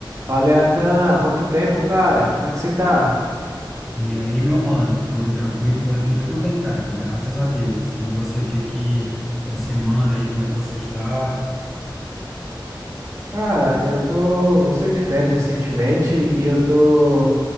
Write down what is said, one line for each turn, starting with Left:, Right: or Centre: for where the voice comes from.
Right: Fala, Atan, quanto tempo, cara? Como é que você tá?
Centre: E aí, meu mano, tudo tranquilo por aqui? Tudo bem, cara? Graças a Deus. E você, o que que você manda aí? Como é que você está?
Right: Cara, eu tô, eu saí de férias recentemente e eu tô